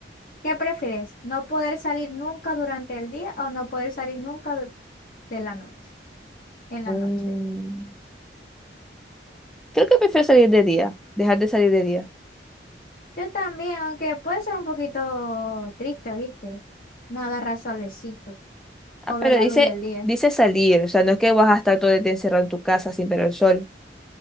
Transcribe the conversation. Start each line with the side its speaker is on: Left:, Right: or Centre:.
Left: ¿Qué prefieres? ¿No poder salir nunca durante el día o no poder salir nunca du- de la noche? En la
Centre: Mm,
Left: noche.
Centre: creo que prefiero salir de día, dejar de salir de día.
Left: Yo también, aunque puede ser un poquito triste, ¿viste? No agarrar solecito
Centre: Ah,
Left: o
Centre: pero
Left: ver la
Centre: dice,
Left: luz del día.
Centre: dice salir, o sea, no es que vas a estar todo el día encerrado en tu casa sin ver el sol.